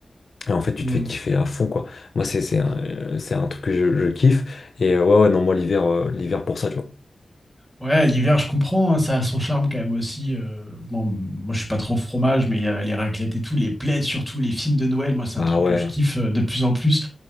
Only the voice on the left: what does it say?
Et en fait tu
te fais kiffer à fond quoi. Moi c'est c'est un, euh, c'est un truc que je, je kiffe. Et euh, ouais ouais non moi l'hiver euh, l'hiver pour ça tu vois.
Bah
ouais,